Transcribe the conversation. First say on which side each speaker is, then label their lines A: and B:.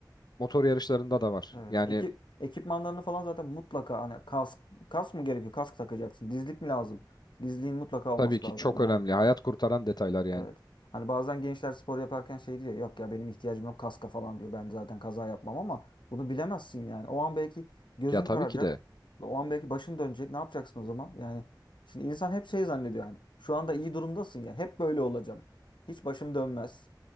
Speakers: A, on the left; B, on the left.
A: motor yarışlarında da var.
B: evet.
A: Yani
B: Eki- ekipmanlarını falan zaten mutlaka hani kask kask mı gerekiyor? Kask takacaksın. Dizlik mi lazım? Dizliğin mutlaka
A: tabii
B: olması
A: ki
B: lazım
A: çok önemli.
B: yani.
A: Hayat kurtaran detaylar yani.
B: Evet. Hani bazen gençler spor yaparken şey diyor. Yok ya benim ihtiyacım yok kaska falan diyor. Ben zaten kaza yapmam ama bunu bilemezsin yani. O an belki gözün
A: Ya tabii
B: kararacak.
A: ki de.
B: O an belki başın dönecek. Ne yapacaksın o zaman? Yani şimdi insan hep şey zannediyor yani. Şu anda iyi durumdasın ya. Hep böyle olacağım. Hiç başım dönmez.